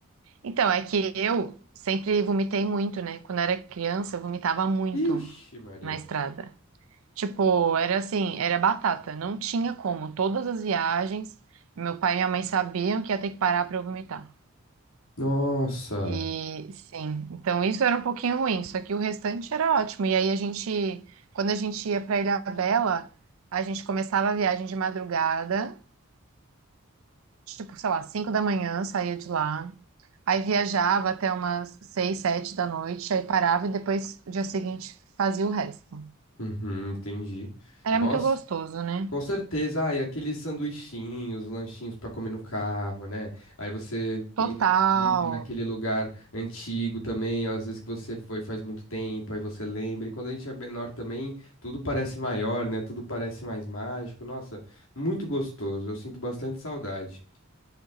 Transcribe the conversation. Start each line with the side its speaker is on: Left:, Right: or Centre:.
Right: então, é que eu sempre vomitei muito, né? Quando eu era criança, eu vomitava muito
Left: Ixi, Maria.
Right: na estrada. Tipo, era assim, era batata, não tinha como. Todas as viagens, meu pai e minha mãe sabiam que ia ter que parar para eu vomitar.
Left: Nossa.
Right: E sim, então isso era um pouquinho ruim, só que o restante era ótimo. E aí a gente, quando a gente ia para Ilhabela, a gente começava a viagem de madrugada, tipo, sei lá, 5 da manhã, saía de lá. Aí viajava até umas 6, 7 da noite, aí parava e depois no dia seguinte fazia o resto.
Left: Uhum, entendi.
Right: Era
Left: Nossa.
Right: muito gostoso, né?
Left: Com certeza, ah, e aqueles sanduichinhos, lanchinhos para comer no carro, né? Aí você lem-
Right: Total.
Left: ir ir naquele lugar antigo também, às vezes que você foi faz muito tempo, aí você lembra. E quando a gente é menor também, tudo parece maior, né? Tudo parece mais mágico. Nossa, muito gostoso. Eu sinto bastante saudade.